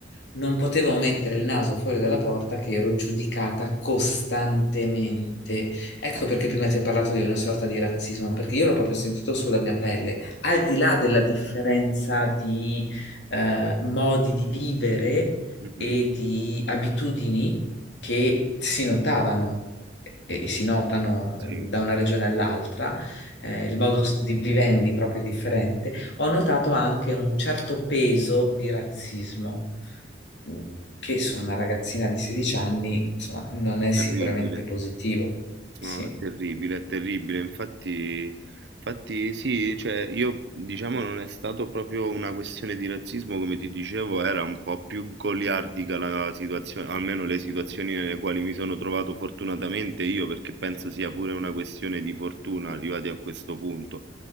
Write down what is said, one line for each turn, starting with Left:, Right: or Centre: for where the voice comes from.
Left: non potevo mettere il naso fuori dalla porta che ero giudicata costantemente. Ecco perché prima ti ho parlato di una sorta di razzismo, perché io l'ho proprio sentito sulla mia pelle. Al di là della differenza di eh, modi di vivere
Right: Mhm,
Left: e di abitudini che si notavano e e si notano
Right: Sì,
Left: eh, da una regione all'altra, eh, il modo s- di vivendi proprio è differente. Ho notato anche un certo peso di razzismo, mh, che su una ragazzina di 16 anni, insomma, non
Right: è
Left: è
Right: terribile.
Left: sicuramente positivo. Sì.
Right: No, è terribile, è terribile. Infatti, infatti sì, cioè io diciamo non è stato proprio una questione di razzismo, come ti dicevo, era un po' più goliardica la situazione, almeno le situazioni nelle quali mi sono trovato fortunatamente io, perché penso sia pure una questione di fortuna arrivati a questo punto